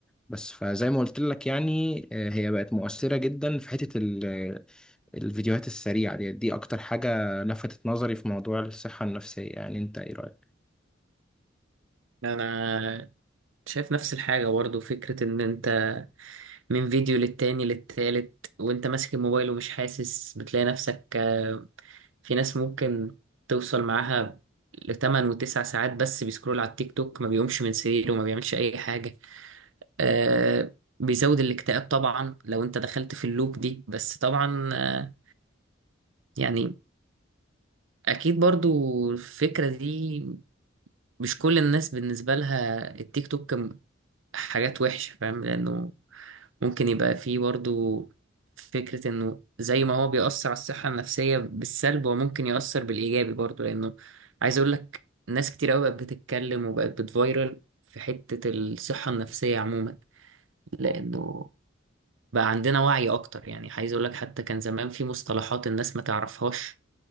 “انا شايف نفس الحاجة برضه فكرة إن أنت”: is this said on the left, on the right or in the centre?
Right